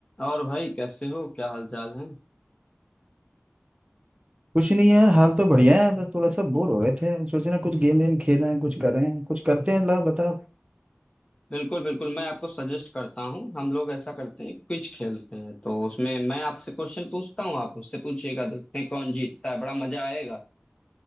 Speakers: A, on the left; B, on the right.
A: और भाई कैसे हो क्या हाल चाल है
B: कुछ नहीं यार हाल तो बढ़िया है बस थोड़ा सा बोर हो रहे थे सोच रहे हैं कुछ गेम वेम खेल रहे हैं कुछ कर रहे हैं कुछ करते हैं ला बता
A: बिल्कुल बिल्कुल मैं आपको सजेस्ट करता हूँ हम लोग ऐसा करते हैं क्विज खेलते हैं तो उसमें मैं आपसे क्वेश्चन पूछता हूँ आप मुझसे पूछिएगा देखते हैं कौन जीतता है बड़ा मजा आएगा